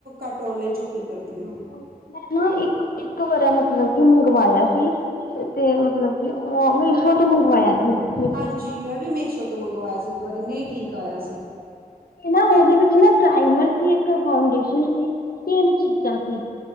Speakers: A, on the right; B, on the left.
A: ਘੱਟ ਔਨਲਾਈਨ ਸ਼ੋਪਿੰਗ ਕਰਦੀ ਹਾਂ।
B: ਮੈਂ ਨਾ ਇੱਕ-ਇੱਕ ਵਰਾ ਮਤਲਬ ਕੇ ਮੰਗਵਾਇਆ ਸੀ। ਇੱਕ ਮਤਲਬ ਕਿ ਔ ਮੀਸੋ ਤੋਂ ਮੰਗਵਾਇਆ ਸੀ ਉਹ।
A: ਹਾਂਜੀ, ਮੈਂ ਵੀ ਮੀਸੋ ਤੋਂ ਮੰਗਵਾਇਆ ਸੀ ਇੱਕ ਵਾਰੀ ਨਹੀਂ ਠੀਕ ਆਇਆ ਸੀ।
B: ਤੇ ਉਹਦੇ ਵਿੱਚ ਨਾ ਕਾਈਮਰ ਸੀ ਇੱਕ ਫਾਊਡੇਸ਼ਨ ਸੀ। ਤਿੰਨ ਚੀਜ਼ਾਂ ਸੀ।